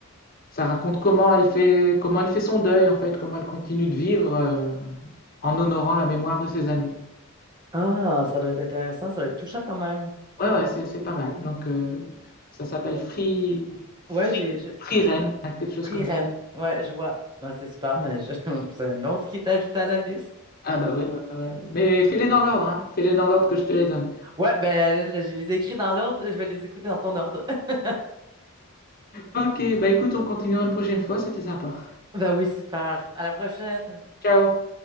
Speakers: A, on the left; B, on the right.
A: ça raconte comment elle fait, comment elle fait son deuil, en fait, comment elle continue de vivre euh, en honorant la mémoire de ses amis.
B: Ah, ça doit être intéressant. Ça doit être touchant quand même.
A: Ouais, ouais, c'est c'est pas mal. Donc, euh, ça s'appelle Free, Free,
B: Ouais, j'ai, je-
A: Free Ren, hein, quelque chose
B: Prirène.
A: comme ça.
B: Ouais, je vois. Ouais, c'est super, mais je- <laughs> c'est un autre qui t'ajoute à la liste.
A: Ah bah oui, ouais, ouais, ouais. Mais fais-les dans l'ordre, hein. Fais-les dans l'ordre que je te les donne.
B: Ouais, ben là, là, je les ai écrits dans l'ordre. Je vais les écouter dans ton ordre. <laughs>
A: Ok, bah écoute, on continuera une prochaine fois, c'était sympa.
B: Ben oui, super. À la prochaine.
A: Ciao!